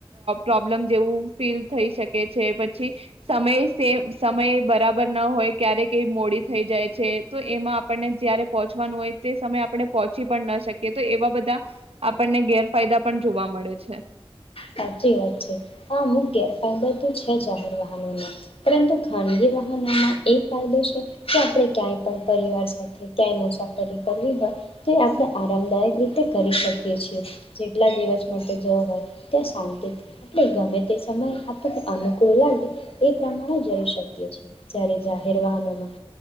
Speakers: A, on the right; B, on the left.
A: પ્રોબ્લેમ જેવું ફીલ થઈ શકે છે પછી સમય સેમ સમય બરાબર ન હોય ક્યારે કઈ મોડી થઈ જાય છે તો એમાં આપણને જયારે પહંચવાનું હોય તે સમય આપણે પહોંચી પણ ન શકીએ. કે તો એવા બધા આપણને ગેરફાયદા પણ જોવા મળે છે.
B: સાચી વાત છે આ અમુક ગેરફાયદો તો છે જાહેર વાહનોમાં પરંતુ ખાનગી વાહનોમાં એ ફાયદો છે કે આપણે ક્યાંય પણ પરિવાર સાથે ક્યાંય મુસાફરી કરવી હોય તે આપણે આરામદાયક રીતે કરી શકીએ છીએ, જેટલા દિવસ માટે જવું હોય. ત શાંતિ આપણે ગમે તે સમય આપણને અનુકૂળ લાગે એ પ્રમાણે જઈ શકીએ છીએ જયારે જાહેર વાહનોમાં